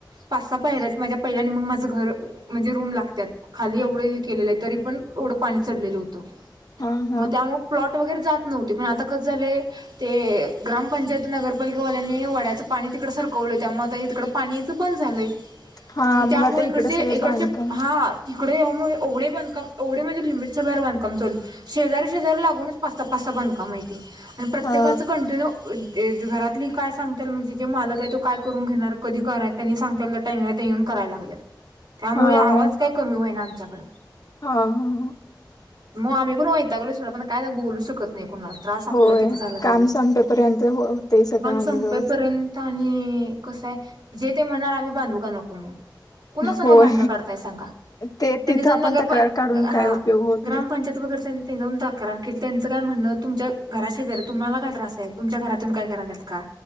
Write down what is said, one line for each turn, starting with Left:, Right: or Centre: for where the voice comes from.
Right: पाच सहा पायऱ्या आहेत मग माझे घर लागते खाली एवढा हे केलेल आहे तरी ते पण ओढ पाणी चढलेलं होतं
Left: हा हा
Right: मग त्यामुळ प्लॉट वगैरे जात नव्ह पण आता कस झाले ते ग्रामपंचायती नगरपालिका वाल्याने वड्याचं. पाणी तिकड सरकवलंय त्यामुळे आ हे तिकड पाणी याचं बंद झालंय.
Left: हा
Right: मग त्यामुळे
Left: आता
Right: इकडचे
Left: इकडे सगळे
Right: इकडचे
Left: बांधकाम
Right: हा तिकडे ये मुळे एवढ बांधकाम एवढ म्हजे लिमिटच्या बाहेर बांधकाम शेजार शेजार लागूनच पाच सहा पाच सहा बांधकाम ये आणि प्रत्येकाचं
Left: हा
Right: कंटिन्यू घरातली काय सांगतील म जे मालक आहे तो काय करून घेणार कधी कराय त्यांनी सांगत्याल त्या टाइमिंगला येऊन करायला लागलेत. त्यामुळे
Left: हा
Right: आवाज
Left: हा
Right: काय कमी होय ना आमच्याकडं
Left: हा हां हां.
Right: मग आम्ही पण वैताग्लोय सोड पण काय बोलू शकत नाही त्रास आपल्याला
Left: होय
Right: किती झाला
Left: काम
Right: तरी
Left: संपेपर्यंत हो होते सगळं आणि
Right: संपेपर्यंत
Left: व्यवस्थित
Right: आणि कस आहे जे ते म्हणणार आम्ही बांधू का नको मग कुणासंघ
Left: होय
Right: भांडण काढताय सांगा
Left: ते
Right: त्यांनी
Left: तिथं
Right: जाऊर
Left: आपण
Right: नगर
Left: तक्रार
Right: परिषद
Left: काढून काय उपयोग होत
Right: ग्रामपंचाय
Left: नाही
Right: अगर त त हो द करा क <inaudible> त्यांचं काय म्हणणं तुमच्या घरात शेजारी् तुम्हाला काय त्रास आहे तुमच्या घरातून काय देणार आहेत का